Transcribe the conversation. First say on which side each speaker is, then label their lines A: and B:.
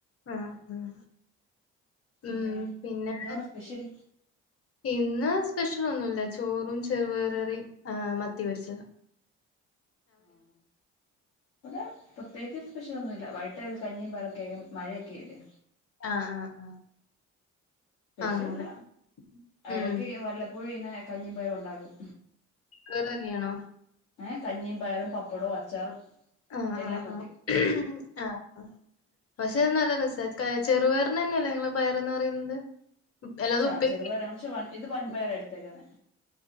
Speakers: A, on the left; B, on the left.
A: ആഹ് ഉം
B: പിന്നെ
A: ഉം പിന്നെ
B: എന്തുവാണ് സ്പെഷ്യൽ
A: ഇന്ന് ഭക്ഷണൊന്നുല്ല ചോറും ചെറു പയറും കറിയും ആഹ് മത്തി പൊരിച്ചതു.
B: ആഹ് ഇവിടെ പ്പ പ്രത്യേകിച്ച് സ്പെഷ്യലൊന്നുമില്ല വൈകിട്ട് കഞ്ഞിയും പയറും ഒക്കെയാ മഴയൊക്കെ അല്ലേ
A: ആഹ് ആഹ് ആഹ്
B: സ്പെഷുവല്ല
A: അങ്ങനെ ഉം
B: ഇടക്ക് വല്ലപ്പോഴ ഇനെ കഞ്ഞി പയറുണ്ടാകും
A: കറനിയണോ
B: ഏ കഞ്ഞിയും പയറും പപ്പടവും അച്ചാറും
A: ആഹ്
B: എല്ലാം
A: ആഹ്
B: കൂട്ടി
A: ആഹ്
B: ഉ
A: ആഹ് ആഹ് പക്ഷെ അത് നല്ല രസമായി ചെറുപയറിന തന്നെയല്ലേ നിങ്ങള പയർന്ന് പറയുന്നത് ഉപ്പ്- അല്ലാതെ
B: ച
A: ഉപ്പേ
B: ചെറുപയരാ പക്ഷെ വ ഇത് വൻ പയറാഎടുത്ത തകന